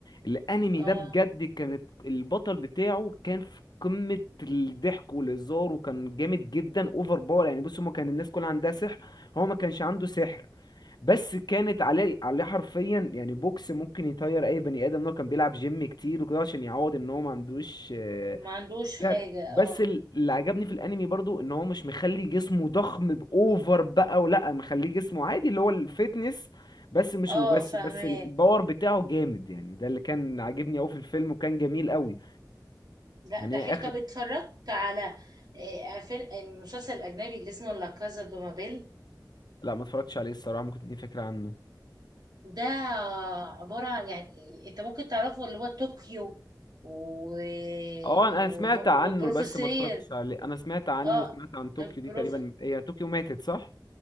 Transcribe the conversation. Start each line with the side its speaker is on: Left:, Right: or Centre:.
Left: الانمي
Right: اه
Left: ده بجد كانت البطل بتاعه كان في قمه الضحك والهزار وكان جامد جدا اوفر باور يعني بص هما كان الناس كلها عندها سحر هو ما كانش عنده سحر بس كانت عليه عليه حرفيا يعني بوكس ممكن يطير اي بني ادم إن هو كان بيلعب جيم كتير وكده عشان يعوض ان هو ما عندوش
Right: ما عندوش حاجة
Left: يعني بس
Right: اه
Left: ال- اللي عجبني في الانمي برضو ان هو مش مخلي جسمه ضخم باوفر بقى ولا مخليه جسمه عادي اللي هو الفتنس بس مش
Right: اه
Left: وبس
Right: فاهماه
Left: بس الباور بتاعه جامد يعني ده اللي كان عاجبني قوي في الفيلم وكان جميل قوي
Right: لا
Left: يعني
Right: ده حلو
Left: هي اخر
Right: طب اتفرجت على آه، فيلم المسلسل الأجنبي اللي اسمه لا كازا دو بابيل
Left: لا ما اتفرجتش عليه الصراحة ممكن تديني فكرة عنه
Right: ده آه، عبارة عن يعني انت ممكن تعرفه اللي هو طوكيو و...
Left: اه انا أنا
Right: و...
Left: سمعت عنه
Right: والبروفيسير
Left: بس ما اتفرجتش عليه انا سمعت عنه
Right: اه
Left: وسمعت عن طوكيو
Right: البروف
Left: دي تقريبا هي طوكيو ماتت صح